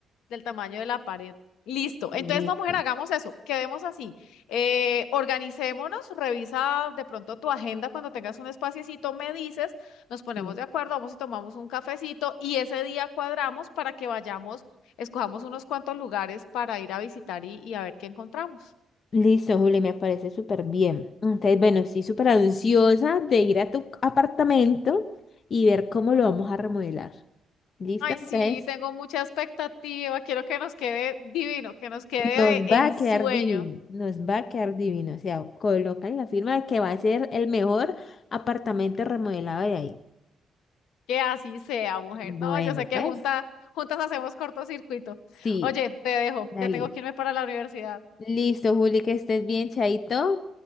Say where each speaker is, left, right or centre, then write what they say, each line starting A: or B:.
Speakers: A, on the left; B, on the left.
A: del tamaño de la pared. Listo. Entonces,
B: Listo.
A: no, mujer, hagamos eso. Quedemos así. Eh, organicémonos, revisa de pronto tu agenda cuando tengas un espaciecito, me dices, nos ponemos
B: sí.
A: de acuerdo, vamos y tomamos un cafecito y ese día cuadramos para que vayamos, escojamos unos cuantos lugares para ir a visitar y, y a ver qué encontramos.
B: Listo, Juli, me parece súper bien. Entonces, bueno, sí, súper ansiosa de ir a tu apartamento y ver cómo lo vamos a remodelar. ¿Listo?
A: Ay,
B: Entonces,
A: sí, tengo mucha expectativa. Quiero que nos quede divino, que nos quede
B: Nos
A: de ensueño.
B: va a quedar divino, nos va a quedar divino. O sea, colocan la firma de que va a ser el mejor apartamento remodelado de ahí.
A: Que así sea, mujer.
B: Bueno,
A: No, yo sé que
B: pues
A: junta, juntas hacemos cortocircuito.
B: sí,
A: Oye, te dejo.
B: dale.
A: Ya tengo que irme para la universidad.
B: Listo, Juli, que estés bien, chaito.